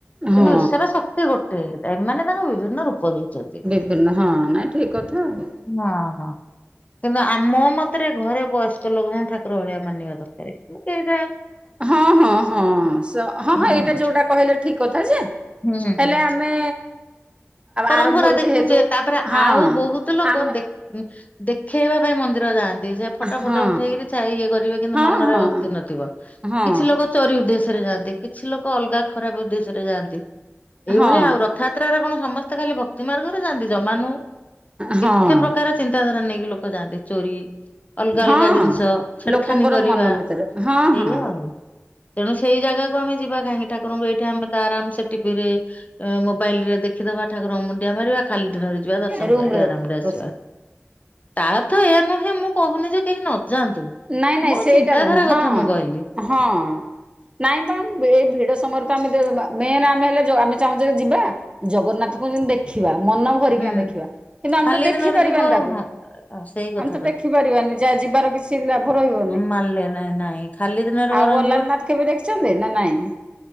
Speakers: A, on the right (about 20°); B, on the left (about 30°).
A: ହଁ
B: କିନ୍ତୁ ଈଶ୍ୱର ଶକ୍ତି ଗୋଟେ ଏମାନେ ତାଙ୍କ ବିଭିନ୍ନ ରୂ ପ ଦେଇଚନ୍ତି।
A: ବିଭିନ୍ନ ହଁ ନାଇଁ ଠିକ କଥା ଆଉ।
B: ନା ହଁ। ଆ ମୋ ମତରେ ଘରେ ବୟସ୍କ ଲୋକଙ୍କୁ ଠାକୁର ଭଳିଆ ମାନିବା ଦରକାରେ କିନ୍ତୁ ସେଇଟା
A: ହଁ ହଁ ହଁ ସ ହଁ
B: ହୁଁ
A: ହଁ ଏଇଟା ଯୋଉଟା କହିଲେ ଠିକ୍ କଥା ଯେ
B: ହୁଁ
A: ହେଲେ ଆମେ
B: ପରମ୍ପରା
A: ଆରମ୍ଭରୁ
B: ଦେଖୁଚେ
A: ଯେହେତୁ
B: ତାପରେ
A: ହଁ
B: ଆଉ ବୋହୁତୁ ଲୋକ
A: ଆମେ
B: ଦେ ଉଁ ଦେଖେଇ ହବା ପାଇଁ ମନ୍ଦିର ଯାଆନ୍ ଯେ ଫଟ
A: ହଁ
B: ଫଟ ଉଠେଇକିରି ଛା ଇଏ କରିବେ କିନ୍ତୁ
A: ହଁ
B: ମନରେ
A: ହଁ
B: ଭକ୍ତି ନଥିବ
A: ହଁ
B: କିଛି ଲୋକ ଚୋରି ଉଦ୍ଦେଶ୍ୟରେ ଯାଆନ୍ତି କିଛି ଲୋକ ଅଲଗା ଖରାପ ଉଦ୍ଦେଶ୍ୟରେ ଯାଆନ୍ତି ଏଇଭଳିଆ
A: ହଁ
B: ଆଉ ରଥଯା ଯାତ୍ରାରେ କଣ ସମସ୍ତେ ଖାଲି ଭକ୍ତି ମାର୍ଗରେ ଯାଆନ୍ତି ଜମା ନୁହୁଁ
A: ହଁ
B: କେତେ ପ୍ରକାର ଚିନ୍ତାଧାରା ନେଇକି ଲୋକ ଯାଆନ୍ତି ଚୋରି ଅଲଗା
A: ହଁ
B: ଅଲଗା ଜିନିଷ ଛେଡଖାନି
A: ଲୋକଙ୍କର
B: କରିବା
A: ମନ ଭିତରେ ହଁ ହଁ
B: ଏଇଆ ଆଉ। ତେଣୁ ସେଇ ଜାଗାକୁ ଆମେ ଯିବା କାହିଁକି ଠାକୁରଙ୍କୁ ଏଇଠି ଆମେ ତ ଆରାମ୍ ସେ ଟିଭିରେ ଏ ମୋବାଇଲରେ ଦେଖିଦବା ଠାକୁରଙ୍କୁ ମୁଣ୍ଡିଆ ମାରିବା ଖାଲି ଦିନରେ ଯିବା ଦର୍ଶନ
A: ରୁମରେ
B: କରିକି ଆରାମରେ ଆସିବା।
A: ରୋଷେଇ
B: ତା ଅର୍ଥ ଏୟା ନୁହେଁ ମୁଁ କୋହୁନି ଯେ କେହି ନ ଯାଆନ୍ତୁ।
A: ନାଇଁ ନାଇଁ
B: ମୋ
A: ସେଇଟା
B: ଚିନ୍ତାଧାରା
A: ନୁହୁଁ
B: କଥା ମୁଁ କହିଲି
A: ହଁ ହଁ। ନାଇଁ ପା ଏଇ ଭିଡ ସମୟରେ ପା ଆମେ ଯୋ ମା ମେନେ ଆମେ ହେଲେ ଯୋ ଆମେ ଚାହୁଁଚେ ଯିବା ଜଗନ୍ନାଥଙ୍କୁ ଯେମିତି ଦେଖିବା ମନ ଭରିକିନା
B: ହୁଁ।
A: ଦେଖିବା କିନ୍ତୁ ଆମେ
B: ଖାଲି
A: ତ ଦେଖିପାରିବାନି
B: ଦିନରେ ଯିବ
A: ତାକୁ।
B: ହଁ ସେଇ କଥା
A: ଆମେ ତ ଦେଖିପାରିବାନି ଯାହା ଯିବାର କିଛି ଲାଭ ରହିବନି
B: ମାନିଲେ ନାଇଁ ନାଇଁ ଖାଲି ଦିନରେ ବରଂ
A: ଆଉ ଅଲାରନାଥ କେବେ ଦେଖିଛନ୍ତି ନା ନାଇଁ?